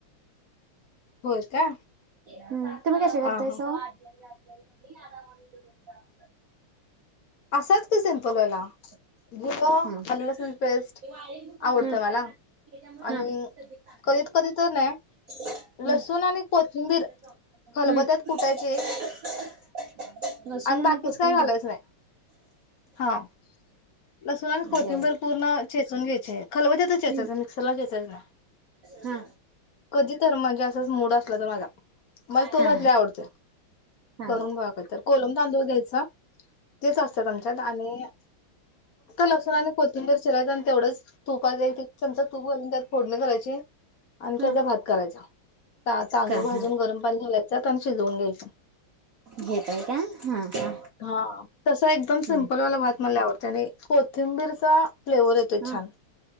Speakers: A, on the left (about 55°); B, on the right (about 70°).
A: होय का
B: हम्म तुम्ही कसे
A: हा
B: करतायसा
A: हा
B: ओ? <unintelligible>
A: असच कि सिंपल वाला.
B: हम्म.
A: जिरं आलं लसूण पेस्ट
B: हम्म
A: आवडतं मला आणि
B: हा
A: कधीत कधी तर नाही
B: हम्म
A: लसूण आणि कोथिंबीर
B: हम्म.
A: खलबत्यात कुटायचे
B: लसूण
A: आणि बाकीच
B: कोथिंबीर
A: काय घालायच नाही, हा. लसूण आणि कोथिंबीर
B: बर
A: पूर्ण चेचून घ्यायचे खलबत लसूण आणि कोथंबीर पूर्ण चेचायच
B: हम्म
A: ग्यायच मिक्सरला चेचायचं नाही
B: हा
A: कधी तर म्हणजे असंच मूड असला तर माझा मला तो
B: हा
A: भात
B: हा हा हा
A: आवडतोय
B: हा
A: करून बघ का तर कोलम तांदूळ घ्यायच तेच असतं आमच्यात आणि लसूण आणि कोथंबर चिरायचं आणि तेवढंच तुपचा एक चमचा त्यात फोडणं करायची आणि
B: हा
A: त्याचा भात करायचा तांदूळ
B: का
A: भाजून
B: हा
A: गरम पाणी घालायचा आणि शिजवून घ्यायचे
B: घेताय का हा हा
A: हा तसा एकदम सिम्पल
B: हा
A: वाला भात मला आवडत त्याने कोथिंबीरचा फ्लेवर येतो
B: हा
A: छान